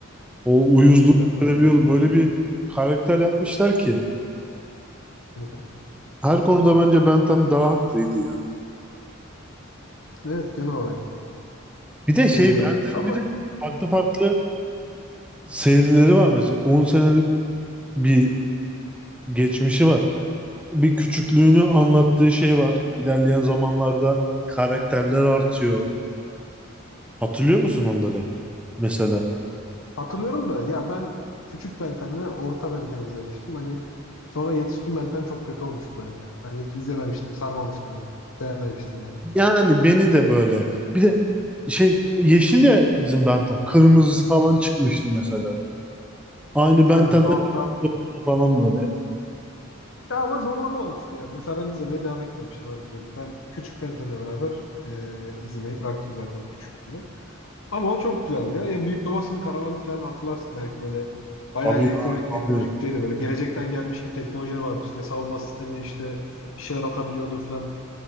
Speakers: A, in the centre; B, on the left.
A: O
B: <laughs>
A: uyuzluğu
B: Ben de oyuncu
A: hissedebiliyordum.
B: oluyordum.
A: Öyle bir karakter yapmışlar ki.
B: Hı hı.
A: Her konuda bence Ben Ten daha haklıydı ya.
B: Evet genel olarak.
A: Bir de şey
B: E,
A: Ben Ten'in
B: ama
A: bir de farklı
B: hı,
A: farklı serileri var mesela. on senelik bir geçmişi var. Bir küçüklüğünü anlattığı şey var. İlerleyen zamanlarda karakterler artıyor. Hatırlıyor musun onları? Mesela.
B: hatırlıyorum da ya ben küçük Benten'le orta Benten izlemiştim. Hani sonra yetişkin Benten çok kötü olmuştu bence. Hani hiç izlememiştim, sarmamıştım. Yani. Sevmemiştim yani.
A: Yani beni de böyle. Bir de şey yeşil ya bizim Benten. Kırmızısı falan çıkmıştı mesela. Aynı Benten'de
B: Aynen tuhaf tuhaf.
A: kırmızı oldu falan böyle.
B: Ya ama zorlama olmuştu yani. Mesela ben izlemeye devam etmemiştim öyle söyleyeyim. Ben küçük Benten'le beraber e, izlemeyi bıraktım zaten küçüklüğümde. Ama o çok güzeldi ya. Ya Büyük Babasının Karavanı falan hatırlarsın belki böyle bayağı
A: Tabii
B: elektronik
A: ya
B: teknolojik
A: tabii.
B: şeydi böyle gelecekten gelmiş gibi teknolojiler vardı işte savunma sistemi işte bir şeyler atabiliyordu falan.